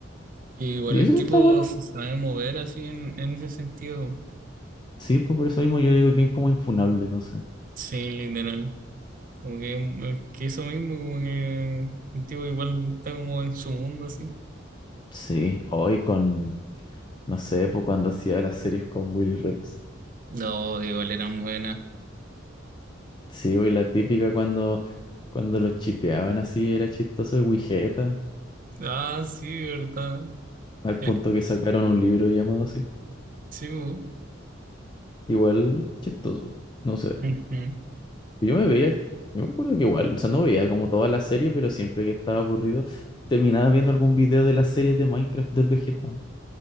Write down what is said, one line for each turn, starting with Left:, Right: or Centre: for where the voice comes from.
Right: Que igual
Left: Y
Right: el
Left: eso
Right: tipo
Left: está bueno.
Right: se sabe mover así en, en ese sentido.
Left: Sí, pues por eso mismo yo digo que es como infunable, no sé.
Right: Sí, literal. Como que, eh, que eso mismo, como que el tipo igual está como en su mundo así.
Left: Sí, hoy con No sé, pues cuando hacía las series con Willy Rex.
Right: No, igual eran buenas.
Left: Sí, pues, y la típica cuando, cuando los chipeaban así, era chistoso el Wigeta,
Right: Ah, sí, verdad.
Left: al
Right: Eh,
Left: punto que sacaron un libro llamado así.
Right: sí, bu.
Left: Igual chistoso, no sé.
Right: Ujú.
Left: Yo me veía, yo me acuerdo que igual, o sea, no veía como toda la serie, pero siempre que estaba aburrido, terminaba viendo algún video de las series de Minecraft del Vegeta.